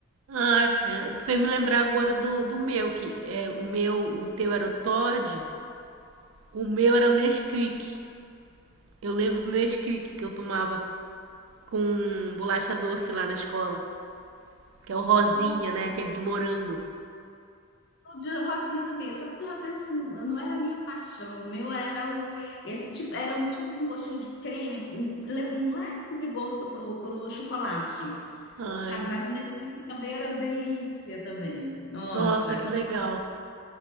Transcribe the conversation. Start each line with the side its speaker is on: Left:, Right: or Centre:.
Right: ah, cara, tu fez me lembrar agora do, do meu, que é o meu, o teu era o Todd, o meu era o Nesquik. Eu lembro do Nesquik que eu tomava com bolacha doce lá na escola, que é o rosinha,
Left: O
Right: né? Aquele de morango.
Left: o de Rosinha também, só que o de Rosinha assim, não era a minha paixão, o meu era o esse tipo, era um tipo um gostinho de creme, um le- um leve gosto pro, pro chocolate.
Right: Ai.
Left: sabe? Mas o Nesquik também era uma delícia também. Nossa,
Right: Nossa, que legal,